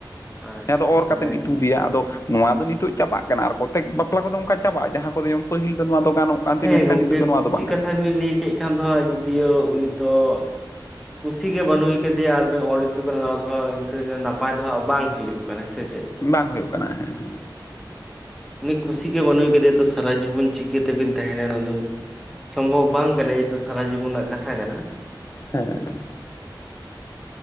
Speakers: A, in the centre; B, on the left.
A: ᱟᱪᱪᱷᱟ
B: ᱦᱮᱸ ᱟᱫᱚ ᱚᱨ
A: ᱟᱪᱪᱷᱟ
B: ᱠᱟᱛᱮᱢ
A: ᱡᱟᱜᱮ
B: ᱤᱛᱩᱫᱮᱭᱟ ᱟᱫᱚ ᱱᱚᱣᱟ ᱫᱚ ᱱᱤᱛᱚᱜ ᱪᱟᱵᱟᱜ ᱠᱟᱱᱟ ᱟᱨ ᱠᱚᱛᱮᱠ ᱵᱟᱯᱞᱟ ᱠᱩᱫᱚ ᱚᱱᱠᱟ ᱪᱟᱵᱟᱜᱼᱟ, ᱡᱟᱦᱟᱸ ᱠᱩᱫᱚ ᱡᱮᱢᱚᱱ ᱯᱟᱹᱦᱤᱞ ᱫᱚ ᱱᱚᱣᱟ ᱫᱚ ᱜᱟᱱᱚᱜ ᱠᱟᱱ ᱛᱟᱦᱮᱸ
A: ᱦᱮᱸ
B: ᱢᱮᱱᱠᱷᱟᱱ
A: ᱜᱚᱢᱠᱮ
B: ᱱᱤᱛᱚᱜ ᱫᱚ ᱱᱚᱣᱟ
A: ᱠᱩᱥᱤ
B: ᱫᱚ ᱵᱟᱝ
A: ᱠᱟᱛᱷᱟ
B: ᱜᱟᱱᱚᱜ
A: ᱵᱤᱱ ᱞᱟᱹᱭ ᱠᱮᱜ ᱠᱷᱟᱱ ᱫᱚ ᱡᱳᱫᱤᱭᱳ ᱩᱱᱤ ᱫᱚ ᱠᱩᱥᱤ ᱜᱮ ᱵᱟᱹᱱᱩᱭ ᱠᱟᱫᱮᱭᱟ ᱟᱨ ᱤᱛᱩᱫᱮ ᱠᱟᱱᱟ ᱱᱚᱣᱟ ᱫᱚ ᱤᱱᱠᱟᱹᱜᱮ ᱱᱟᱯᱟᱭ ᱫᱚᱦᱟᱜ ᱵᱟᱝ ᱦᱩᱭᱩᱜ ᱠᱟᱱᱟ ᱥᱮ ᱪᱮᱫ?
B: ᱵᱟᱝ ᱦᱩᱭᱩᱜ ᱠᱟᱱᱟ ᱮᱦᱮᱸᱜ ᱮᱦᱮᱸ᱾
A: ᱩᱱᱤ ᱠᱩᱥᱤ ᱜᱮ ᱵᱟᱱᱩᱭ ᱠᱟᱫᱮᱭᱟ ᱛᱚ ᱥᱟᱨᱟ ᱡᱤᱵᱚᱱ ᱪᱤᱠᱟᱹ ᱛᱮᱵᱤᱱ ᱛᱟᱦᱮᱱᱟ ᱚᱱᱟ ᱫᱚ ᱥᱚᱢᱵᱷᱚᱵ ᱵᱟᱝ ᱠᱟᱱᱟ ᱮᱨᱯᱚᱨ ᱥᱟᱨᱟ ᱡᱤᱵᱚᱱ ᱨᱮᱱᱟᱜ ᱠᱟᱛᱷᱟ ᱠᱟᱱᱟ᱾
B: ᱦᱮᱸᱻᱮᱸ᱾